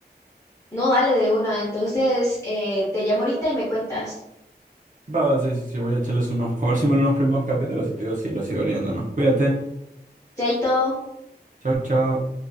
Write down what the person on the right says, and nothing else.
Va, sí, sí, sí, voy a echarles un ojo. A ver si me ven unos primeros capítulos y te digo si lo sigo leyendo o no. Cuídate.
Chao, chao.